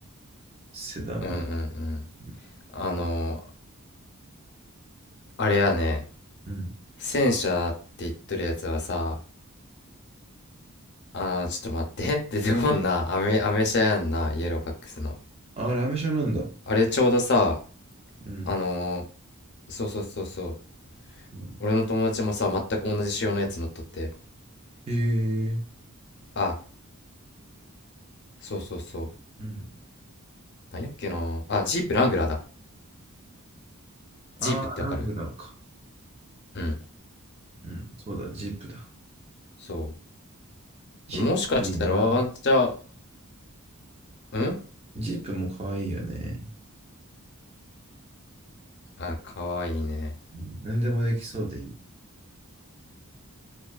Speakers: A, on the right; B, on the left.
A: セダンまで。
B: ー、うんうんうん。
A: うん。
B: あのー、あれやね、
A: うん。
B: 戦車って言っとるやつはさ、あの、ちょっと待って <laughs> 出てこんな、アメ、アメ車やんな、イエローバックスの。
A: あ、ラメ車なんだ。
B: あれちょうどさ、
A: うん。
B: あのー、そうそうそうそう、
A: うん
B: 俺の友達もさ、全く同じ仕様のやつ乗っとって、
A: へえ。
B: あ、そうそうそう、
A: うん。
B: なんやっけな、あ、ジープラングラーだ。
A: ああ、
B: ジープってわかる
A: ラングラーか。
B: うん、
A: うん。そうだ、ジープだ。
B: そ
A: ジープいいよな。
B: う。もしかしたら、あんちゃ、うん
A: ジープも可愛いよね。
B: あ、かわいいね。
A: うん。何でもできそうでいい。